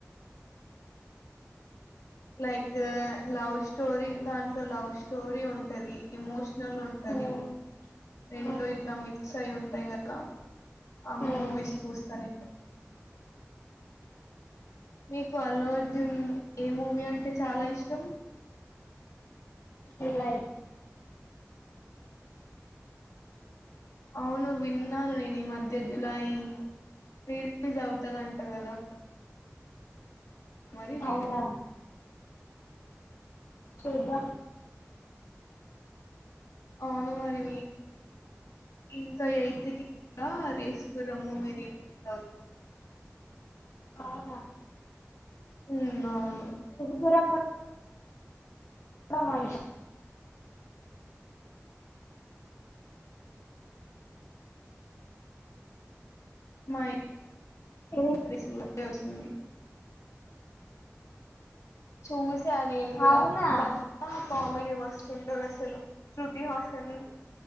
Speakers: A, on the left; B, on the left.
A: లైక్ లవ్ స్టోరీ దాంట్లో లవ్ స్టోరీ ఉంటది ఎమోషనల్ ఉంటది
B: ఉమ్
A: రెండు
B: ఉమ్
A: ఇట్లా మిక్స్ అయి ఉంటాయి కదా ఆ
B: ఉమ్
A: మూవీస్ చూస్తాను మీకు అల్లు అర్జున్ ఏ మూవీ అంటే చాలా ఇష్టం
B: ఇలా
A: అవును విన్నాను నేను ఈ మధ్య జులయి రీలీజ్ అవుతంది అంట కదా మరి రీదు
B: అవునా చూద్దా
A: అవును మరి ఇంకా ఎయిత్ క రేస్కుర మూవీ రిలీజ్ అవుతుంది
B: అవునా
A: ఉ అవును
B: గరం కూడా ఇడ మంచిష
A: మా
B: ఇది
A: వచ్చింది చూ అ నేను కూడా
B: అవునా
A: దాంత కామెడీ మస్తుంటారు అసలు శ్రృతి హాసన్